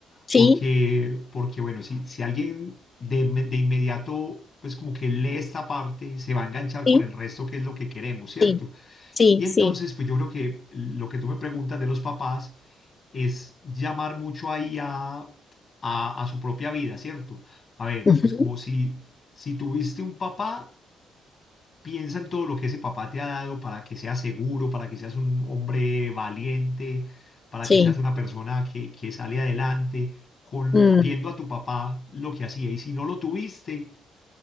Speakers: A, on the left (about 35°); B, on the left (about 55°).
A: Sí,
B: porque, porque bueno, si, si alguien de, inme- de inmediato, pues como que lee esta parte, se va a enganchar
A: sí,
B: con el resto, que es lo que queremos, ¿cierto?
A: sí, sí,
B: Y entonces,
A: sí.
B: pues yo creo que lo que tú me preguntas de los papás es llamar mucho ahí a, a, a su propia vida, ¿cierto? A ver,
A: Ujú,
B: pues como si, si tuviste un papá Piensa en todo lo que ese papá te ha dado para que seas seguro, para que seas un hombre valiente, para
A: Sí,
B: que seas una persona que, que sale adelante, con,
A: Mm,
B: viendo a tu papá lo que hacía. Y si no lo tuviste,